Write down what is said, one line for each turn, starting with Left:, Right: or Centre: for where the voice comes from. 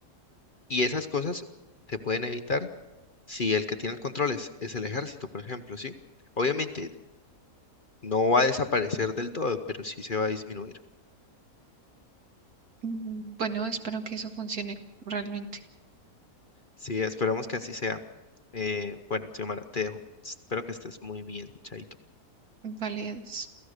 Left: Y esas cosas se pueden evitar Si el que tiene el control es, es el ejército, por ejemplo, ¿sí? Obviamente no va a desaparecer del todo, pero sí se va a disminuir.
Right: Mm, Bueno, espero que eso funcione realmente.
Left: Sí, esperamos que así sea. Eh, bueno, Xiomara, te dejo. Espero que estés muy bien, Chaito.
Right: Vale, adiós.